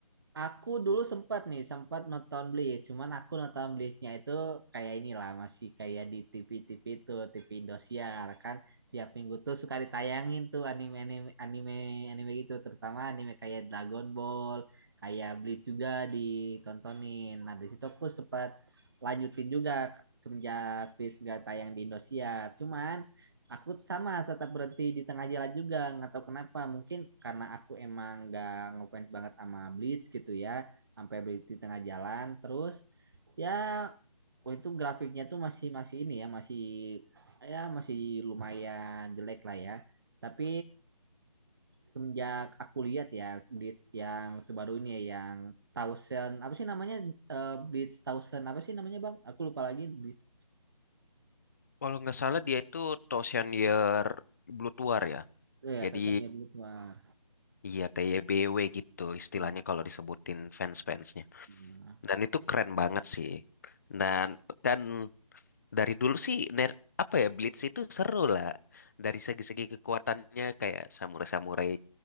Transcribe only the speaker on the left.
Kalau nggak salah dia itu Thousand Year Blood War ya.
Jadi
Iya, TYBW gitu istilahnya
kalau disebutin fans-fansnya.
Dan itu keren banget sih. Dan dan dari dulu sih ner apa ya Blitz itu seru lah. Dari segi-segi kekuatannya kayak samurai-samurai.